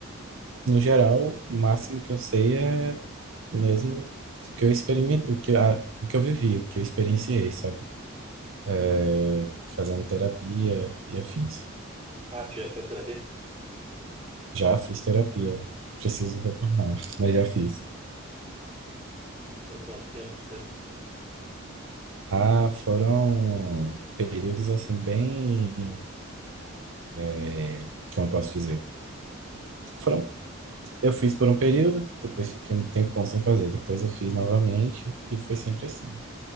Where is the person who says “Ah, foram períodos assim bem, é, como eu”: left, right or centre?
Right